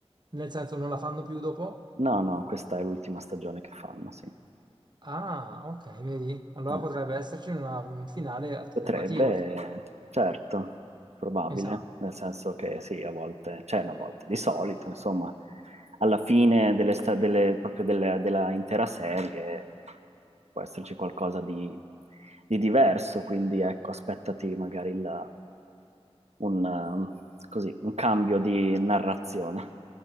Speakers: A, on the right (about 40°); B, on the right (about 80°).
A: Nel senso non la fanno più dopo?
B: No, no, questa è l'ultima stagione che fanno, sì.
A: Ah, ok, vedi? Allora
B: Eh.
A: potrebbe esserci una- un finale alternativo
B: Potrebbe,
A: rispetto a...
B: certo, probabile,
A: Esatto.
B: nel senso che sì, a volte, cioè no, a volte, di solito, insomma, alla fine delle sta- delle- proprio delle- della intera serie può esserci qualcosa di, di diverso, quindi ecco, aspettati magari il- un, um, così, un cambio di narrazione.